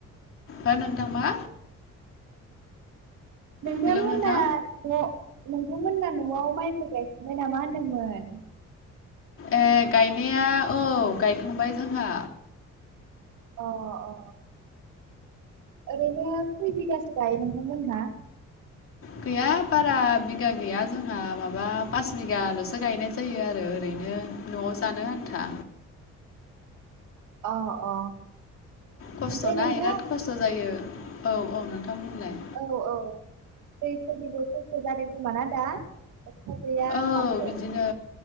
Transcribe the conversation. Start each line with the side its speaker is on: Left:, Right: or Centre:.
Left: हो नोंथां मा?
Right: नोंथांमोनाथ'
Left: हेलौ नोंथां
Right: नोंथांमोना न'आव माइफोर गायखांबाय नामा होनदोंमोन।
Left: ए गायनाया औ गायखांबाय जोंहा।
Right: अ अ ओरैनो खैय बिगासो गायो नोंथांमोनहा
Left: गैया बारा बिगा गैया जोंहा माबा पास बिगाल'सो गायनाय जायो आरो ओरैनो न'आव जानो आन्था
Right: अ अ
Left: खस्थ'ना
Right: ओमफ्राय नोंथां
Left: इराद खस्थ' जायो औ औ नोंथां बुंलाय।
Right: औ औ दैफोरनिबो खस' जादों खोमाना दा। अखा गैया
Left: औ
Right: माथो
Left: बिदिनो